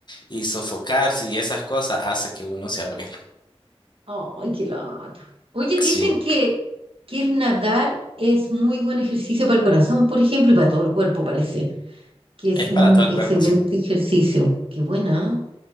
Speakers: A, on the left; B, on the right.
A: y, y sofocarse y esas cosas hace que uno se ahogue.
B: Ay, qué lata. Oye, dicen
A: Sí.
B: que, que el nadar es muy buen ejercicio para el corazón, por ejemplo, y para todo el cuerpo, parece, que es
A: Es
B: un
A: para todo el
B: excelente
A: cuerpo, sí.
B: ejercicio. Qué buena, ¿eh?